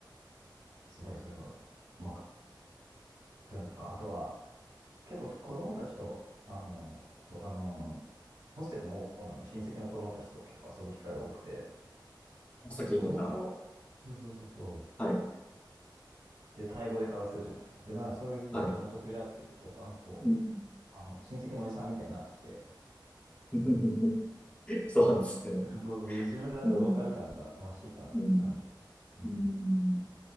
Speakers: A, on the right; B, on the left.
A: すごいそれは、うまく、そういうのとか、あとは、結構子供たちと、あの、そう、あの、ホステルのオーナーの親戚の子供たちと結構遊ぶ機会が多くて、やっ
B: さっき言ってた、
A: ぱ子供と、そうそうそうそ
B: はい。
A: う、で、タイ語で会話するじゃないですか。で、なんかそういうふうに子供と触れ合ってると、
B: はい。
A: やっぱなんかこう、
B: うん
A: あの、親戚のおじさんみたいになってきて、
B: <laughs> そうなんですね。
A: なんかそうそう、自分でなんかローカル感が増してきたなっていう感じがします。
B: うん。うん。
A: うん
B: うん